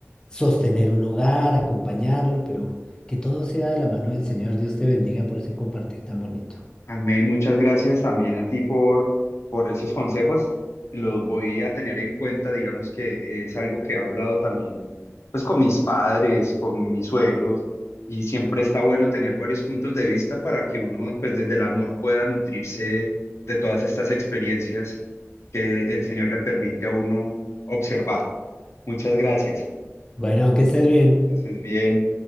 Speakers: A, on the left (about 15°); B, on the left (about 65°).
A: sostener un hogar, acompañarlo, pero que todo sea de la mano del Señor. Dios te bendiga por ese compartir tan bonito.
B: Amén, muchas gracias también a ti por, por esos consejos. Los voy a tener en cuenta, digamos que es algo que he hablado también pues con mis padres, con mis suegros, y siempre está bueno tener varios puntos de vista para que uno pues desde el amor pueda nutrirse de todas estas experiencias que el Señor le permite a uno observar. Muchas gracias.
A: Bueno, que estés bien.
B: es bien.